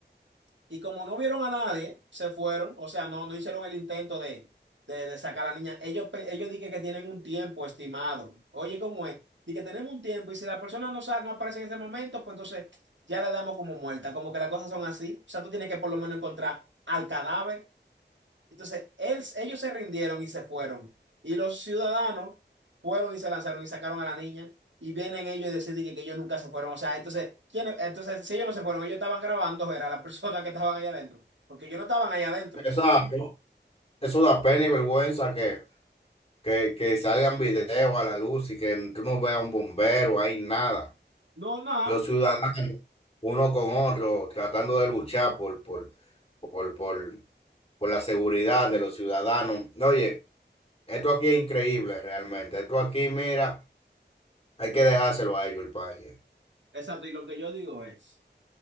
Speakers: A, on the right (about 80°); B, on the left (about 30°).
A: y como no vieron a nadie, se fueron. O sea, no, no hicieron el intento de, de, de sacar a la niña. Ellos, pe- ellos dicen que tienen un tiempo estimado. Oye, ¿cómo es? Dicen que tenemos un tiempo y si la persona no, sa- no aparece en ese momento, pues entonces ya la damos como muerta. Como que las cosas son así. O sea, tú tienes que por lo menos encontrar al cadáver. Entonces, él- ellos se rindieron y se fueron. Y los ciudadanos fueron y se lanzaron y sacaron a la niña. Y vienen ellos y deciden que, que ellos nunca se fueron. O sea, entonces, ¿quién, entonces, si ellos no se fueron, ellos estaban grabando, era la persona que estaban allá adentro. Porque ellos no estaban allá adentro.
B: Exacto. Eso da pena y vergüenza que, que, que salgan videos a la luz y que tú no veas un bombero, hay nada.
A: No, nada.
B: los ciudadanos uno con otro, tratando de luchar por, por, por, por, por la seguridad de los ciudadanos. Oye, esto aquí es increíble realmente. Esto aquí, mira, hay que dejárselo a ellos el país.
A: Exacto. Y lo que yo digo es,